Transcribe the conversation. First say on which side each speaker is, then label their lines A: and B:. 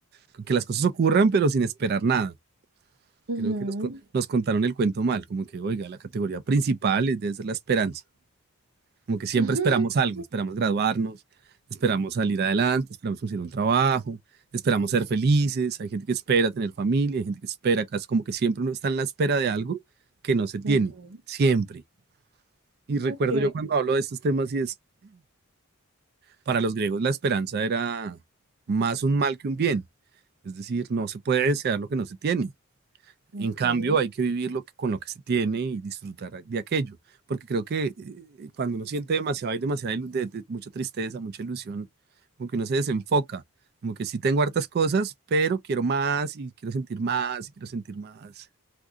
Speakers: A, on the right; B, on the right.
A: Con Que las cosas ocurran, pero sin esperar nada.
B: Ujú.
A: Creo que nos, co- nos contaron el cuento mal, como que, oiga, la categoría principal es- debe ser la esperanza. Como que siempre
B: <laughs>
A: esperamos algo, esperamos graduarnos, esperamos salir adelante, esperamos conseguir un trabajo, esperamos ser felices, hay gente que espera tener familia, hay gente que espera casas, como que siempre uno está en la espera de algo que no se tiene,
B: Ujú.
A: siempre. Y recuerdo
B: Ok.
A: yo cuando hablo de estos temas y es, para los griegos la esperanza era más un mal que un bien, es decir, no se puede desear lo que no se tiene.
B: Ujú.
A: En cambio, hay que vivir lo que, con lo que se tiene y disfrutar de aquello, porque creo que eh, cuando uno siente demasiado, hay demasiada ilu- de- de- mucha tristeza, mucha ilusión, como que uno se desenfoca, como que sí tengo hartas cosas, pero quiero más y quiero sentir más y quiero sentir más.